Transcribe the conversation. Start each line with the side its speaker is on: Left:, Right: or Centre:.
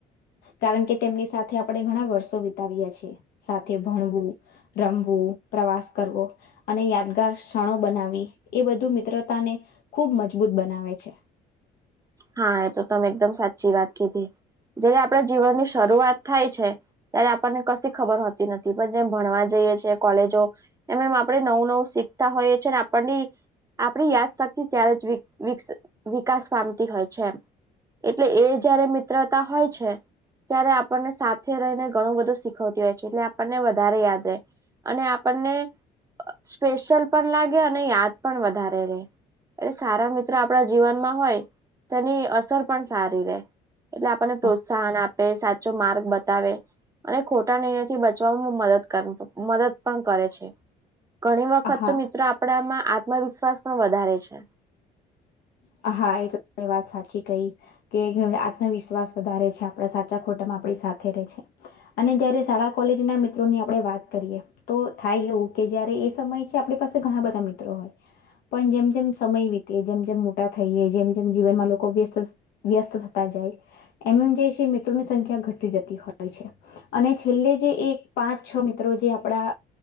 Left: કારણ કે તેમની સાથે આપડે ઘણા વર્ષો વિતાવીયા છીએ સાથે ભણવું રમવું, પ્રવાસ કરવો. અને યાદગાર ક્ષણો એ બધું મિત્રતાને ખૂબ મજબૂત બનાવે છે.
Right: હા એ તો તમે એકદમ સાચી વાત કીધી જેય આપણા જીવનની શરૂઆત થાય છે ત્યારે આપણને કશી ખબર હોતી નથી પણ જેમ ભણવા જઈએ છીએ કોલેજો એમ એમ આપડે નવું નવું શીખતા હોઈએ છે ને આપણને આપણી યાદ શક્તિ ત્યારે જ વિક વિક્સ વિકાસ પામતી હોય છે એમ. એટલે એ જયારે મિત્રતા હોય છે. ત્યારે આપણને સાથે રહીને, ઘણું બધું શીખવતી હોય છે, એટલે આપણને વધારે યાદ રહે. અને આપણને સ્પેશયલ પણ લાગે, અને યાદ પણ વધારે રહે. એટ સારા મિત્ર આપણા જીવનમાં હોય, તેની અસર પણ સારી રહે. એટલે આપણને
Left: હા
Right: પ્રોત્સાહન આપે, સાચો માર્ગ બતાવે. અને ખોટા નિર્ણય થી બચવાવામાં મદદ કર મદદ પણ કરે છે. ઘણી વખત
Left: હા
Right: તો મિત્રો આપણામાં આત્મવિશ્વાસ પણ વધારે છે.
Left: હા, એ તો વાત સાચી કઈ. કે આત્મવિશ્વાસ વધારે છે, આપણા સાચા ખોટામાં આપણી સાથે રહે છે. અને જ્યારે શાળા કોલેજના મિત્રોની આપણે વાત કરીએ. તો થાય એવું કે, જ્યારે એ સમય છે, આપણી પાસે ઘણા બધા મિત્રો હોય. પણ જેમ-જેમ સમય વીતે જેમ-જેમ થઈએ, જેમ-જેમ જીવનમાં લોકો વ્યસ્ત વ્યસ્ત થતા જાય. એમ એમ જે છે, મિત્રોની સંખ્યા ઘટી જતી હોય છે. અને છેલ્લે જે એક પાંચ-છ મિત્રો, જે આપણા